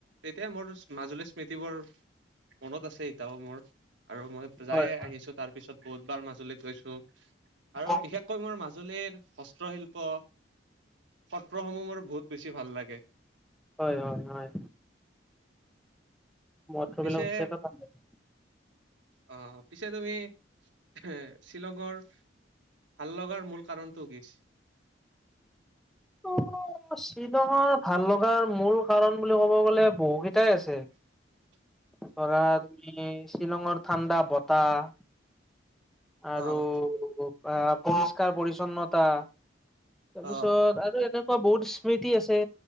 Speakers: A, on the right; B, in the centre.
A: তেতিয়া মোৰ মাজুলী স্মৃতিবোৰ, মনত আছে এতিয়াও মোৰ। আৰু মই
B: হয়
A: যায়
B: হয়
A: আহিছো তাৰ পিছত বহুত বাৰ মাজুলীত। গৈছো আৰু
B: অ
A: বিশেষকৈ মোৰ মাজুলীৰ হস্ত্ৰ শিল্প সত্ৰসমূহ মোৰ বহুত বেছি ভাল লাগে।
B: হয়-হয়-হয়। মহৎ
A: পিছে
B: বিলাক হুচ পাম। <unintelligible>
A: অ, পিছে তুমি এ শ্বিলঙৰ ভাল লগাৰ মূল কাৰণটো কি?
B: অ, শ্বিলঙৰ ভাল লগাৰ মূল কাৰণ বুলি ক'ব গ'লে বহু কেইটাই আছে।
A: <inaudible>
B: ধৰা তুমি শ্বিলঙৰ ঠাণ্ডা বতাহ আৰু
A: অ',
B: আ পৰিষ্কাৰ -পৰিচ্ছন্নতা। তাৰপিছত
A: অ',
B: আৰু এনেকুৱা বহুত স্মৃতি আছে